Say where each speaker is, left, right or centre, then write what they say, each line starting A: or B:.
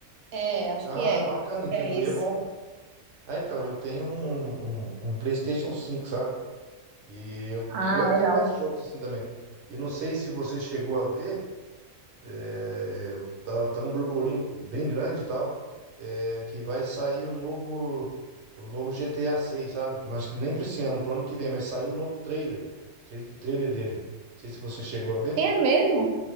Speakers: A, on the right; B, on the right.
A: é, acho
B: Ah,
A: que é.
B: bacana, Nintendo
A: É
B: Wii
A: esse.
B: é bom. Ah, então, eu tenho um, um, um PlayStation cinco sabe? E eu
A: Ah,
B: go- até
A: legal.
B: gosto de jogos assim também. Eu não sei se você chegou a ver, É, tá, tá um burburinho bem grande e tal, é, que vai sair o novo, o novo GTA 6, sabe? Mas que nem pra esse ano, pro ano que vem, mas saiu o novo trailer, trailer, trailer dele. Não sei se você chegou a ver.
A: É mesmo?